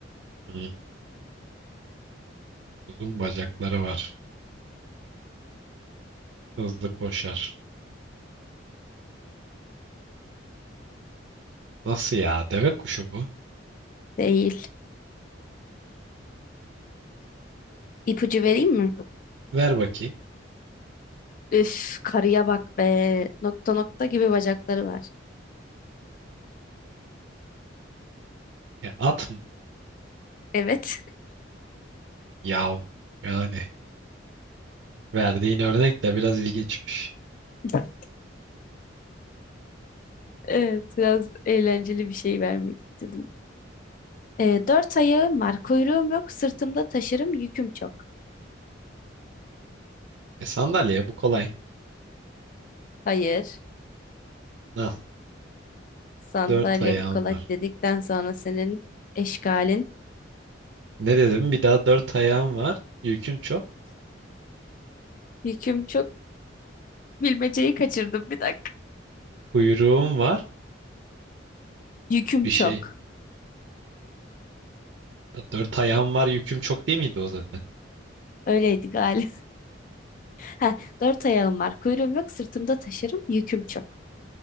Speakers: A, on the right; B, on the left.
A: Hmm, Uzun bacakları var. Hızlı koşar. Nasıl ya? Deve kuşu bu.
B: Değil. İpucu vereyim mi?
A: Ver bakayım.
B: Üf, karıya bak be. Nokta nokta gibi bacakları var.
A: E, at mı?
B: Evet.
A: Yav. Yani verdiğin örnek de biraz ilginçmiş.
B: <laughs> Evet, biraz eğlenceli bir şey vermek istedim. Ee, dört ayağım var, kuyruğum yok, sırtımda taşırım, yüküm çok.
A: E, sandalye bu kolay.
B: Hayır,
A: Nasıl?
B: sandalye
A: Dört ayağım
B: bu kolay
A: var.
B: dedikten sonra senin eşkalin.
A: Ne dedim? Bir daha dört ayağım var. Yüküm çok.
B: yüküm çok, bilmeceyi kaçırdım bir dakika.
A: Kuyruğum var.
B: Yüküm
A: Bir
B: çok.
A: şey. Dört ayağım var. Yüküm çok değil miydi o zaten?
B: Öyleydi galiba. Heh, dört ayağım var. Kuyruğum yok. Sırtımda taşırım. Yüküm çok.